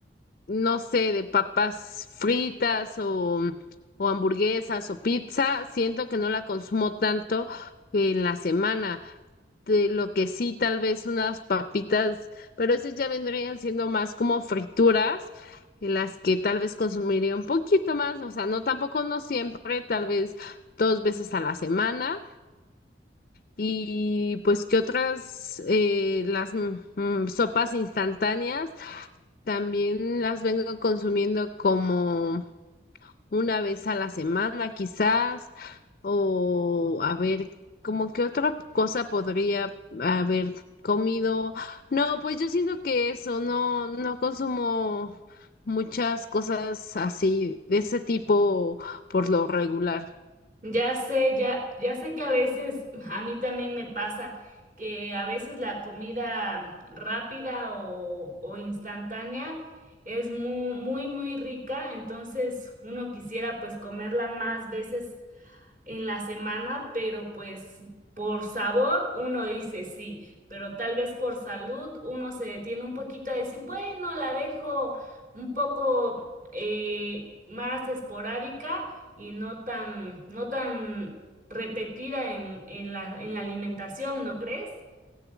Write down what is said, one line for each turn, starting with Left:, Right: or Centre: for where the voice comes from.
Left: no sé, de papas fritas o, o hamburguesas o pizza, siento que no la consumo tanto en la semana. De lo que sí, tal vez unas papitas, pero esas ya vendrían siendo más como frituras, y las que tal vez consumiría un poquito más, o sea, no tampoco no siempre, tal vez dos veces a la semana. Y pues que otras, eh, las mm, mm, sopas instantáneas. También las vengo consumiendo como una vez a la semana, quizás, o a ver, como que otra cosa podría haber comido. No, pues yo siento que eso, no, no consumo muchas cosas así, de ese tipo por lo regular.
Right: Ya sé, ya, ya sé que a veces a mí también me pasa que a veces la comida rápida o, o instantánea es muy, muy, muy rica, entonces uno quisiera pues comerla más veces en la semana, pero pues por sabor uno dice sí, pero tal vez por salud uno se detiene un poquito a decir, bueno, la dejo un poco eh, más esporádica y no tan, no tan repetida en, en la, en la alimentación, ¿no crees?